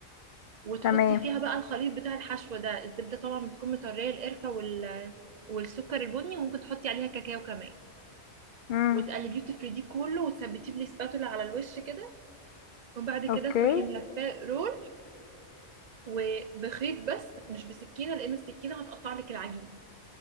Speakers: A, on the right; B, on the left.
A: وتحطي
B: تمام
A: فيها بقى الخليط بتاع الحشوة ده الزبدة طبعا بتكون مطرية القرفة وال... والسكر البني وممكن تحطي عليها كاكاو كمان
B: مم.
A: وتقلبيه وتفرديه كله وتثبتيه بالسباتولا على الوش كده وبعد كده
B: اوكي
A: تروحي ملفاه رول وبخيط بس مش بسكينه لان السكينه هتقطع لك العجين